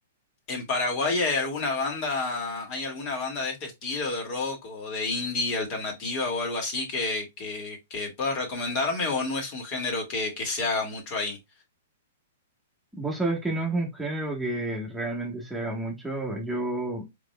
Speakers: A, on the left (about 40°); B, in the centre.
A: ¿En Paraguay hay alguna banda, hay alguna banda de este estilo de rock o de indie alternativa o algo así que, que, que puedas recomendarme o no es un género que, que se haga mucho ahí?
B: Vos sabés que no es un género que realmente se haga mucho. Yo,